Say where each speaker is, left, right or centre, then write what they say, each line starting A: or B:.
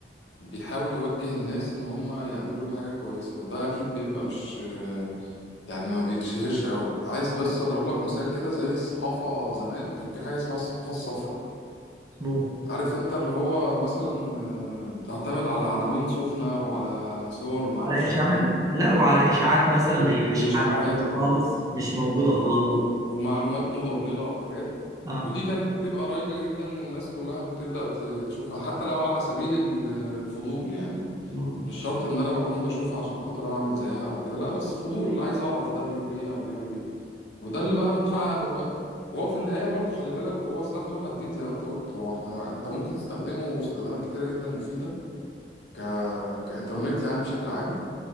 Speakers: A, on the left (about 75°); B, on the right (about 20°).
A: بيحاول يوجه الناس ان هم يعملوا حاجه كويسه وده اكيد بيبقى مش آه، يعني ما بيتشهرش قوي عايز بس اضرب لك مثال كده زي الصحافه زمان كان في حاجه اسمها الصحافه الصفراء
B: مظبوط
A: عارف انت اللي هو مثلا آه، بتعتمد على عناوين سخنه وعلى صور معرفش
B: على اشاعات
A: ايه
B: لا وعلى اشاعات مثلا
A: و-
B: هي
A: واشاعات
B: مش حقيقيه
A: اه
B: خالص مش موجوده
A: و-
B: خالص
A: ومعلومات مضللة وحاجات
B: اه
A: ودي كانت بتبقى رايجة جدا والناس كلها بتبدأ ت- تشوفها حتى لو على سبيل ال- الفضول يعني
B: مم.
A: مش شرط ان انا بكون بشوفها عشان خاطر انا اعمل زيها او كده لا بس فضول عايز اعرف ده بيقول ايه او بيعمل ايه وده اللي بقى متحقق دلوقتي وهو في النهاية برضو خلي بالك هو سلاح ذو حدين زي ما انت قلت هو احنا انت ممكن تستخدمه استخدامات كتيرة جدا مفيدة ك... كإنترنت يعني بشكل عام